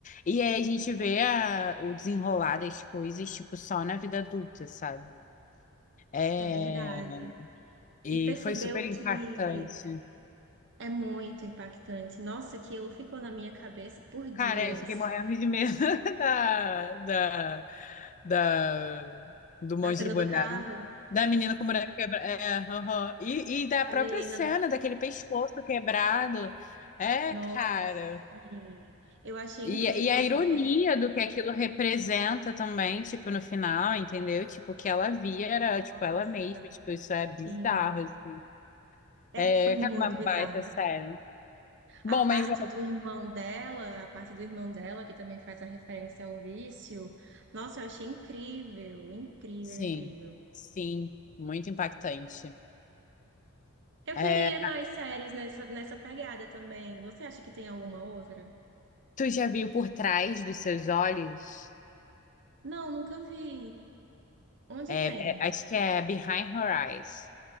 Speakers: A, on the left; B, on the right.
A: e aí a gente vê a- o desenrolar das coisas tipo só na vida adulta, sabe? É,
B: É verdade.
A: e
B: E percebeu
A: foi super impactante.
B: que é muito impactante. Nossa, aquilo ficou na minha cabeça por dias.
A: Cara, eu fiquei morrendo de medo <laughs> da, da, da, do monstro
B: Da cena
A: boneco.
B: do carro,
A: Da menina com o boneco quebrado. É, aham. E, e da
B: a
A: própria
B: menina
A: cena,
B: do
A: daquele pescoço quebrado. É,
B: Nossa,
A: cara.
B: sim. Eu achei
A: E,
B: incrível
A: e a ironia
B: também.
A: do que aquilo representa também, tipo, no final, entendeu? Tipo, o que ela via era,
B: Nossa,
A: tipo, ela mesma. Tipo, isso é bizarro,
B: sim.
A: assim.
B: É,
A: É,
B: foi muito
A: cara, uma
B: bizarro.
A: baita série. Bom,
B: A parte
A: mas...
B: do irmão dela, a parte do irmão dela, que também faz a referência ao vício. Nossa, eu achei incrível, incrível,
A: Sim,
B: incrível.
A: sim. Muito impactante.
B: Eu
A: é
B: queria mais séries nessa, nessa pegada também. Você acha que tem alguma outra?
A: Tu já viu Por Trás dos Seus Olhos?
B: Não, nunca vi. Onde
A: É,
B: tem?
A: é, acho que é Behind Her Eyes.